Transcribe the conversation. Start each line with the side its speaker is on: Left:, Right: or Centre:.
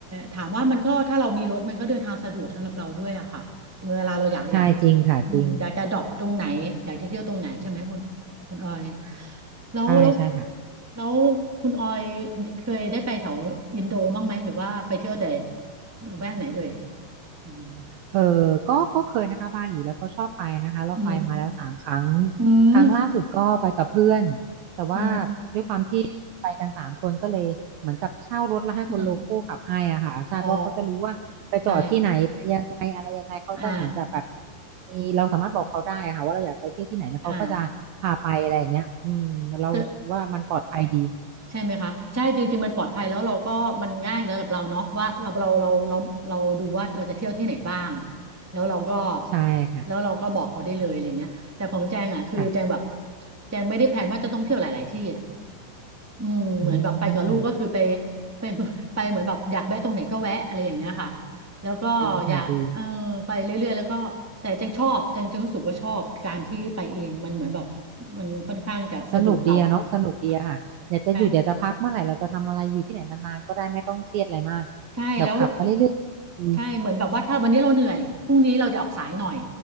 Centre: ถามว่ามันก็ถ้าเรามีรถมันก็เดินทางสะดวกสำหรับเราด้วยอะค่ะเวลาเราอยากอยาก
Right: ใช่จริงค่ะจริง
Centre: อืมอยากจะดรอปตรงไหนอยากจะเที่ยวตรงไหนใช่ไหมคุณคุณออยแล้วแล้ว
Right: ใช่ใช่ค่ะ
Centre: แล้วคุณออยเคยได้ไปแถวอินโดบ้างไหมหรือว่าไปเที่ยวแต่ละแวกไหนเอ่ยอืม
Right: เออก็ก็เคยนะคะบาหลีแล้วก็ชอบไปนะคะเราไปมาแล้วสามครั้ง
Centre: อืมอืม
Right: ครั้งล่าสุดก็ไปกับเพื่อนแต่ว่า
Centre: อืม
Right: ด้วยความที่ไปกันสามคนก็เลยเหมือนกับเช่ารถแล้วให้คนโลคอลขับให้อ่ะค่ะใช่เพราะเขาจะรู้ว่าไปจอดที่ไหนไปยังไงอะไรยังไงเขาจะเหมือนจะแบบ
Centre: อืมอ๋อใช่อ่า
Right: มีเราสามารถบอกเขาได้อะค่ะว่าเราอยากไปเที่ยวที่ไหนแล้วเขาก็จะพาไปอะไรอย่างเงี้ยอืมเราว่ามันปลอดภัยดี
Centre: อ่าเจอ ใช่ไหมคะใช่จริงๆมันปลอดภัยแล้วเราก็มันง่ายสำหรับเราเนาะว่าเราเราเราเราเราดูว่าเราจะเที่ยวที่ไหนบ้างแล้วเราก็
Right: ใช่ค่ะ
Centre: แล้วเราก็บอกเขาได้เลยอะไรเงี้ยแต่ของแจงอ่ะคือแจงแบบ
Right: ค่ะ
Centre: แจงไม่ได้แผนว่าจะต้องเที่ยวหลายๆ ที่อ่ะอืมเหมือนแบบไปกับลูกก็คือไป
Right: อืม
Centre: ไป <laughs> ไปเหมือนแบบอยากแวะตรงไหนก็แวะอะไรอย่างเงี้ยค่ะแล้วก็อยากเออไปเรื่อยๆแล้วก็แต่แจงชอบแจงแจงรู้สึกว่าชอบการที่ไปเองมันเหมือนแบบ
Right: ดีค่ะดี
Centre: มันค่อนข้างจะสะดวกเรา
Right: สนุกดีอะเนาะสนุกดีอะค่ะอยากจะหยุดอยากจะพักเมื่อไหร่เราจะทำอะไรอยู่ที่ไหนนานๆก็ได้ไม่ต้องเครียดอะไรมาก
Centre: ค่ะใช่ใช่แล้วเรา
Right: แบบขับไปเรื่อยๆอืม
Centre: ใช่เหมือนแบบว่าถ้าวันนี้เราเหนื่อยพรุ่งนี้เราจะออกสายหน่อย